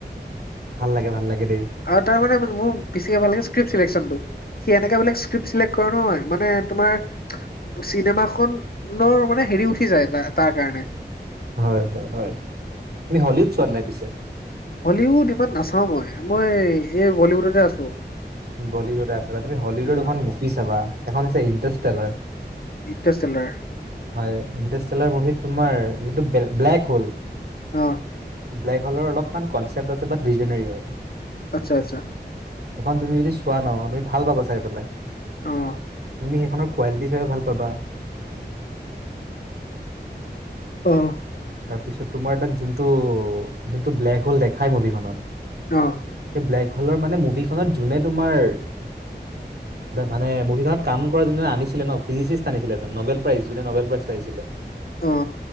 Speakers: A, on the right; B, on the left.
A: ভাল লাগে ভাল লাগে দেই
B: আৰু তাৰ মানে মোৰ বেছিকে ভাল লাগে স্কিপ চিলেকচন সি এনেকে বোলে স্কিপ চিলেক্ট কৰে নহয় মানে তোমাৰ চিনেমাখনৰ মানে হেৰি উঠি যায় তা তাৰ কাৰণে
A: হয় হয় হয় তুমি হলিউড চোৱা নাই পিছে
B: হলিউড ইমান নাচাওঁ মই মই এই বলিউডতে আছো
A: বলীউড আছলতে তুমি হলিউডত
B: অ'
A: এখন মুচি চাবা এখন আছে ইণ্টেষ্টেলৰ
B: ইনটেচষ্টেলাৰ
A: হয় ইনষ্টেটেলৰ মুভিত তোমাৰ ব্লে ব্লেক হল
B: অ'
A: ব্লেক হলৰ অলপমান কনচেপ্ট আছলতে বিজেনেৰি হয়।
B: আচ্ছা আচ্চা।
A: সেখন তুমি যদি চোৱা ন তুমি ভাল পাবা চাই পেলাই।
B: অঁ
A: তুমি সেইখনৰ কোৱালিটি চাই ভাল পাবা <unintelligible>
B: অঁ
A: তাৰপিছত তোমাৰ তাক যোনটো যোনটো ব্লেক হ'ল দেখাই মুভিখনত
B: অ
A: সেই ব্লেক হ'লৰ মানে মুভিখনত যোনে তোমাৰ
B: <inaudible>
A: মানে মুভিখনত কাম কৰা যোনে আনিছিলে ন ফিজিচিষ্ট আনিছিলে এজন নবেল প্ৰাইজ যোনে নবেল প্ৰাইজ পাইছিলে।
B: অ